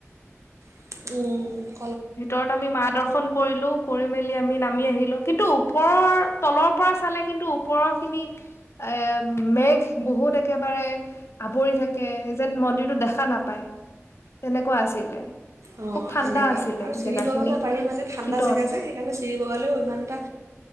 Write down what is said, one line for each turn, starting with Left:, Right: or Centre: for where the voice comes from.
Right: উম
Left: ভিতৰত আমি মা দৰ্শন কৰিলো কৰি মেলি আমি নামি আহিলো কিন্তু ওপৰৰ তলৰ পৰা চালে কিন্তু ওপৰৰ খিনি এ মেঘ বহুত একেবাৰে আৱৰি থাকে যেন মন্দিৰতটো দেখা নাপায় তেনেকোৱা আছিলে
Right: অ
Left: খুব ঠাণ্ডা
Right: তেনেকোৱা
Left: আছিলে
Right: আৰু চিৰিবগাবলে
Left: জেগাখিনি
Right: পাৰি মানে ঠাণ্ডা
Left: শীতল
Right: জেগা যে সেইকাৰণে চিৰিবগালেও ইমান এটা